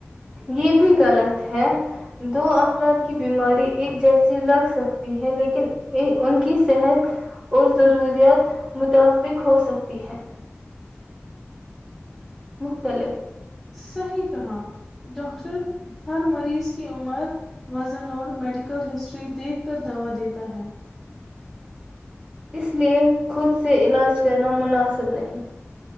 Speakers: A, on the right (about 20°); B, in the centre.
A: یہ بھی غلط ہے دو افراد کی بیماری ایک جیسی لگ سکتی ہے لیکن ان کی صحت اور ضروریات متفق ہو سکتی ہے مختلف
B: صحیح کہااں ڈاکاکٹر ہر مریض کی عمر وزن اور میڈیکل ہسٹری دیکھ کر دوا دیتا ہے
A: اس لیے خود سے علاج کرنا مناسب نہیں